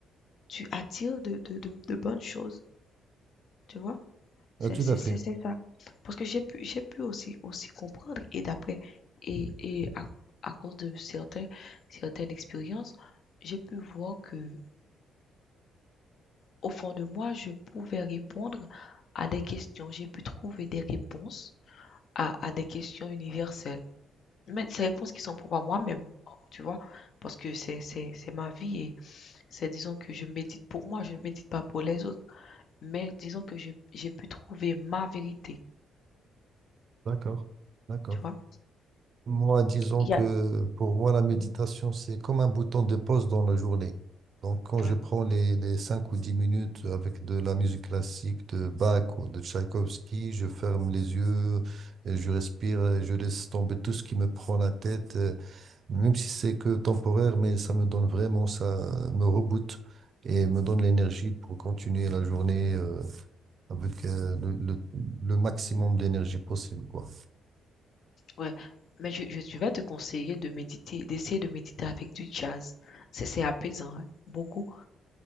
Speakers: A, on the left; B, on the right.
A: tu attires de de de de bonnes choses, tu vois? C'est
B: Euh, tout
A: c'est
B: à fait.
A: c'est c'est ça. Parce que j'ai pu j'ai pu aussi aussi comprendre et d'après et et à à cause de certains certaines expériences, j'ai pu voir que au fond de moi, je pouvais répondre à des questions. J'ai pu trouver des réponses à à des questions universelles. Mais ces réponses qui sont propres à moi-même, tu vois? Parce que c'est c'est c'est ma vie et c'est disons que je médite pour moi, je ne médite pas pour les autres. Mais disons que je j'ai pu trouver ma vérité,
B: D'accord, d'accord.
A: tu vois?
B: Moi, disons
A: Il
B: que
A: y a
B: pour moi, la méditation,
A: Mhm.
B: c'est comme un bouton de pause dans la journée. Donc, quand
A: ouais,
B: je prends les, les 5 ou 10 minutes avec de la musique classique de Bach ou de Tchaïkovski, je ferme les yeux, et je respire, et je laisse tomber tout ce qui me prend la tête, euh, même si c'est que temporaire, mais ça me donne vraiment, ça me reboote et me donne l'énergie pour continuer la journée, euh, avec, euh, le, le le maximum d'énergie possible, quoi.
A: ouais. Mais je, je, je vais te conseiller de méditer, d'essayer de méditer avec du jazz. C'est c'est apaisant, hein, beaucoup.